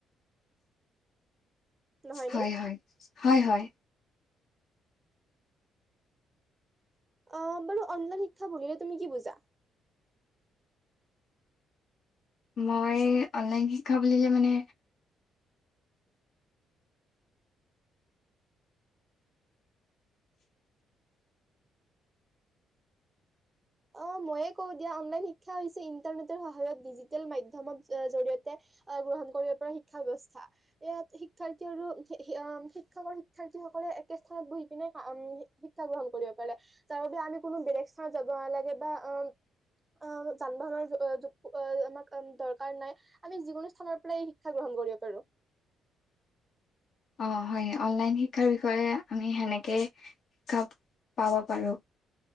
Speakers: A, on the right (about 20°); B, on the left (about 60°).
A: নহয়নে
B: হয় হয়। হয় হয়।
A: অহ বাৰু অনলাইন শিক্ষা বুলিলে তুমি কি বুজা?
B: মই অনলাইন শিক্ষা বুলিলে মানে।।
A: অ মইয়ে কওঁ দিয়া। অনলাইন শিক্ষা হৈছে ইন্টাৰনেটৰ সহায়ত ডিজিটেল মাধ্যমত জৰিয়তে গ্ৰহণ কৰিব পাৰা শিক্ষা ব্যৱস্থা। ইয়াত শিক্ষাৰ্থী আৰু শিক্ষ বা শিক্ষাৰ্থীসকলে একে স্থানত বহি কানে শিক্ষা গ্ৰহণ কৰিব পাৰে। তাৰ বাবে আমি কোনো বেলেগ স্থানত।। যাব নালাগে বা অ অ যান বাহনৰ আমাক দৰকাৰ নাই। আমি যিকোনো স্থানৰ পৰাই শিক্ষা গ্ৰহণ কৰিব পাৰো।
B: অ হয় অনলাইন শিক্ষাৰ বিষয়ে আমি হেনেকেই শিক্ষা পাব পাৰো।